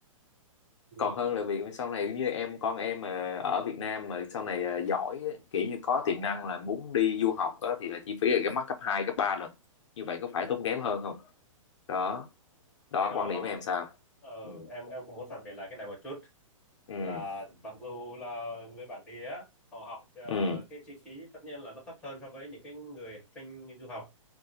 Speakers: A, in the centre; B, on the left.
A: ừ.
B: còn hơn là việc sau này như em con em mà ở Việt Nam mà sau này à, giỏi á, kiểu như có tiềm năng là muốn đi du học á, thì là chi phí là cái mắc gấp 2 gấp 3 lần như vậy có phải tốn kém hơn không đó đó
A: cái đó
B: quan điểm của em sao
A: ờ,
B: ừ
A: em em cũng muốn phản biện lại cái này một chút
B: ừ
A: là mặc dù là người bản địa á, họ học ờ,
B: ừ
A: cái chi phí tất nhiên là nó thấp hơn so với những cái người học sinh du học